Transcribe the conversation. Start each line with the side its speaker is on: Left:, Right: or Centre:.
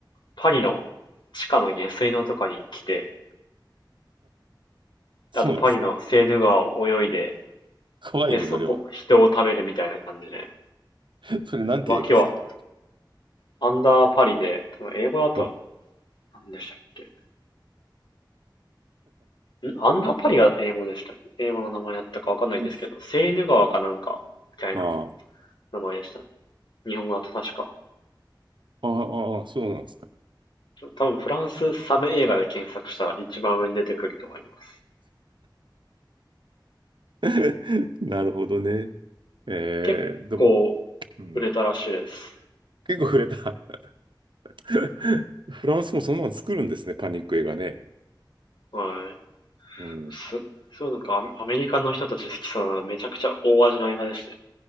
Left: パリの地下の下水道とかに来て、
Right: そうなんです。
Left: あとパリのセーヌ川を泳いで、
Right: 怖いね、
Left: で、そこ、
Right: それは。
Left: 人を食べるみたいな感じで。
Right: <laughs> それなんて映画ですか
Left: わけは、アンダーパリで、英語だと、
Right: うん
Left: 何でしたっけんアンダーパリが英語でした。英語の名前だったかわかんないんですけど、
Right: <laughs>
Left: セーヌ川かなんか、みたいな
Right: ああ、
Left: 名前でしたね。日本語だと確か。
Right: ああ、ああそうなんですか。
Left: 多分フランスサメ映画で検索したら一番上に出てくると思います。
Right: <laughs> なるほどね。えー、
Left: 結構
Right: でも、うん、
Left: 売れたらしいです。
Right: 結構触れた。<laughs> フランスもそんなの作るんですね、パニック映画ね。
Left: はい。
Right: うん。
Left: す、そうなんかアメリカの人たち好きそうなめちゃくちゃ大味な映画でしたね。